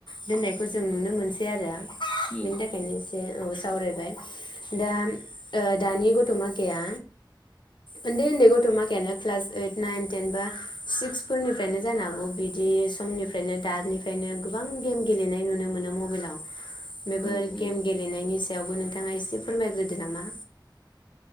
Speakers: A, on the left (about 70°); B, on the left (about 15°).
A: दोननायखौ जों नुनो मोनसै आरो। बिनि
B: औ
A: थाखायनो ऐसे औ सावरायबाय दा ओ दानि गथ'मा गैया ओनदै औनदै गथ' माखायानो क्लास ओइत नाऐन टेन बा सिक्स फोरनिफ्रायनो जानो हागौ बिदि समनि फ्रायनो दानिफ्रायनो गोबां गेम गेलेनाय नुनो मोनो म बेलाव बेफोर
B: औ औ
A: गेम गेलेनायनि सायावबो नोंथाङा एसे फोरमायग्रो दोना मा